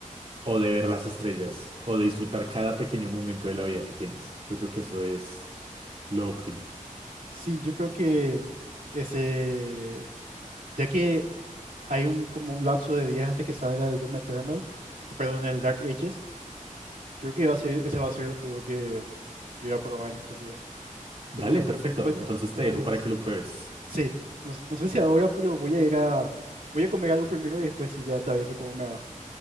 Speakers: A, on the right; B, on the right.
A: o de ver las estrellas, o de disfrutar cada pequeño momento de la vida que tienes. Yo creo que eso es lo óptimo.
B: sí, yo creo que ese, ya que hay un como un lapso de días hasta que salga el Doom Eternal, perdón, el Dark Ages, creo que va a ser, ese va a ser el juego que voy a probar en estos días.
A: Dale,
B: Pero
A: perfecto.
B: bueno,
A: Entonces te
B: es,
A: dejo para que lo pruebes.
B: sí, no, s- no sé si ahora, pero voy a ir a, voy a comer algo primero y después si ya te aviso cómo me va.